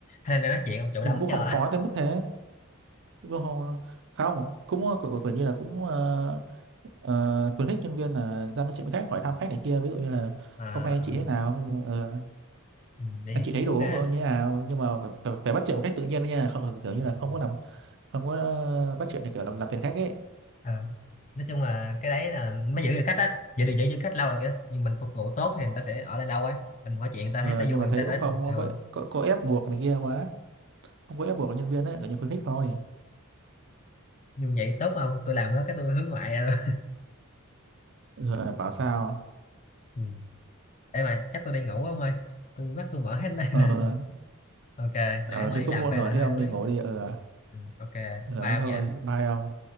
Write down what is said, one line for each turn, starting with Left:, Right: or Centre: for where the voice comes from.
Left: Highland đang nói chuyện ông chủ
Right: nhưng
Left: đóng
Right: mà cũng
Left: cho
Right: không khó
Left: <laughs>
Right: tới mức thế cũng không không cũng cũng cũng như là cũng ờ, ờ, khuyến khích nhân viên là ra nói chuyện với khách hỏi thăm khách này kia ví dụ như là
Left: à,
Right: hôm nay
Left: à,
Right: chị thế nào ờ, ờ,
Left: ừ, vậy
Right: anh
Left: thì
Right: chị
Left: cũng
Right: thấy đồ
Left: ok
Right: uống
Left: á.
Right: như thế nào nhưng mà phải, phải, phải bắt chuyện một cách tự nhiên đấy nha không phải kiểu như là không
Left: Ừ.
Right: có làm không có ờ, bắt chuyện thì kiểu làm, làm phiền khách ấy
Left: Ờ, nói chung là cái đấy là mới giữ được khách á giữ được giữ được khách lâu là cái nhưng mình phục vụ tốt thì người ta sẽ ở lại lâu á mình hỏi chuyện người ta
Right: Ờ,
Left: thấy ta vui
Right: nhưng mà
Left: người
Right: thấy
Left: ta đã
Right: cũng không
Left: ờ,
Right: có, có có ép buộc này kia quá không có ép buộc nhân viên ấy kiểu như khuyến khích thôi
Left: như vậy tốt không tôi làm đó cái tôi hướng ngoại ra luôn
Right: Ờ, bảo sao
Left: ừ. Ê mà chắc tôi đi ngủ không ơi tôi mắt tôi mở hết lên
Right: Ờ,
Left: rồi ok
Right: ờ
Left: nãy mới
Right: đi
Left: đi
Right: cũng
Left: làm
Right: muộn
Left: về
Right: rồi
Left: nên
Right: thế
Left: hơi
Right: ông
Left: đuối
Right: đi ngủ đi ờ
Left: ừ. ok
Right: ờ
Left: bye
Right: thế
Left: ông
Right: thôi
Left: nha
Right: bye ông